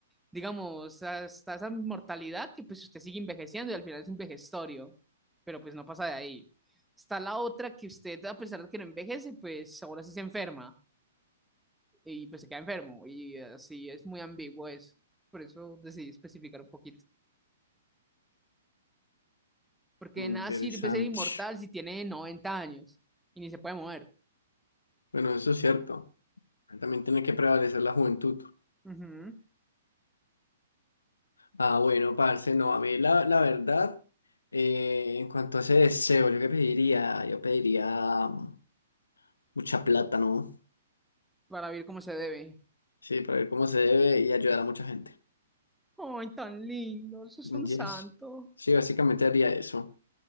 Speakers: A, in the centre; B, on the left.
A: Digamos, hasta esa inmortalidad que pues usted sigue envejeciendo y al final es un vejestorio, pero pues no pasa de ahí. Está la otra que usted, a pesar de que no envejece, pues ahora sí se enferma y pues se queda enfermo y así es muy ambiguo eso. Por eso decidí especificar un poquito. Porque
B: Interesante.
A: de nada sirve ser inmortal si tiene 90 años y ni se puede mover.
B: Bueno, eso es cierto. También tiene que prevalecer la juventud.
A: Ujú,
B: Ah, bueno, parce, no, a mí la, la verdad, eh, en cuanto a ese deseo, yo qué pediría, yo pediría mm, mucha plata, ¿no?
A: Para vivir como se debe.
B: Sí, para ver cómo se debe y ayudar a mucha gente.
A: Ay, tan lindo, eso es un
B: Yes.
A: santo.
B: Sí, básicamente haría eso.